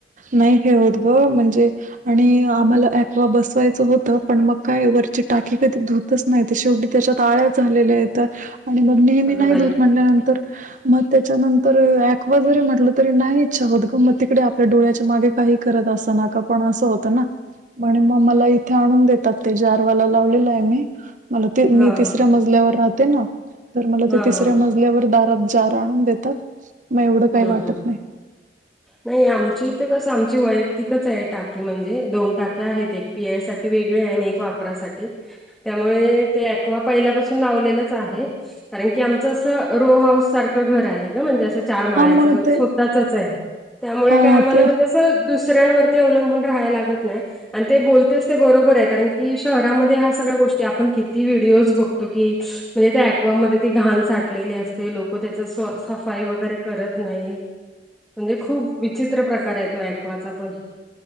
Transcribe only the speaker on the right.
नाही हे होत ग म्हणजे आणि आम्हाला वा बसवायचं होतं पण मग काय वरची टाकी कधी धुत नाही शेवटी त्याच्यात तळ्यात झालेल्या आहेतेत आणि मग नेहमी
नाही
धूत म्हटल्यानंतर मग त्याच्यानंतर ऐकवा जरी म्हटलं तरी नाही इच्छा होत ग मग तिकडे आपल्या डोळ्याच्या मागे काही करत अस ना पण अस हो. म्ह मग मला इथे आणून देतात ते जारवाला लावलेलं आहे मी मला मी
तिसऱ्या
मजल्यावर राहते ना तर मला
ते तिसऱ्या
मज ल्यावर दारात जार आणून देतात. मग एवढं काही
वाटत
<inaudible>
हा मग ते
हा
ते